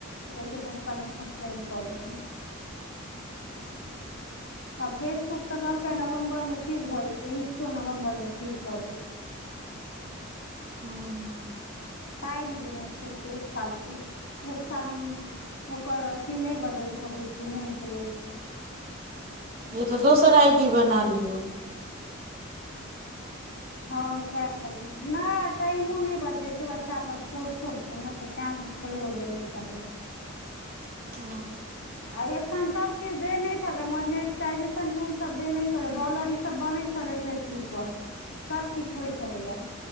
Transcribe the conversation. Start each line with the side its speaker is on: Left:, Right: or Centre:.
Left: ओय के चककर मे ससपेंड कऽ देने छै।
Right: <inaudible>
Left: आ फेसबुक तऽ कहलकै नवम्बरमे ठीक भऽ जेतै इंस्टो नवम्बरमे ठीक कऽ देतै।
Right: हँ।
Left: टाइम देने छै एतेखाल के एक साल हम ओकर अथी नै बदलि सकै छीयै नेम प्लेट।
Right: ये त दोसर आई डी बना लिय।
Left: हँ सएह करबै नै टाइमो नै बचै छै बच्चा सब छोट छोट छै नै तऽ तैं। छोड़रो दे नै छलिया।
Right: अ
Left: आ एखन सब किछ देने छले मोनेटाजेशन टूल सब देने छले डॉलर ई सब बनै छ छलै फेसबुक पर।
Right: <inaudible>
Left: सबकिछ होइ छलैया।